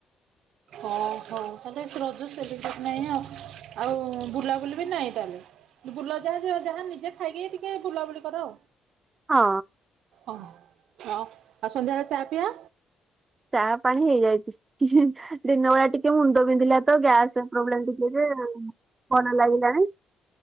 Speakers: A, on the right; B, on the right.
A: ଓ ହଉ ତାହେଲେ ଏଠି ରଜ ସେଲିବ୍ରେଟ ନାହିଁ ଆଉ। ଆଉ ବୁଲାବୁଲି ବି ନାହିଁ ତାହେଲେ ବୁଲ ଯାହା ଯାହା ନିଜେ ଖାଇକି ଟିକେ ବୁଲାବୁଲି କର ଆଉ।
B: ହଁ
A: ଓ ହୋ ଆଉ ସନ୍ଧ୍ୟାବେଳେ ଚା ପିଆ?
B: ଚାହା ପାଣି ହେଇଯାଇଚି। ଦିନ ବେଳା ଟିକେ ମୁଣ୍ଡ ବିନ୍ଧିଲା ତ ଗ୍ୟାସରେ ପ୍ରୋବ୍ଲେ ଟିକେ ଯେ ଭଲ ଲାଗିଲାଣି।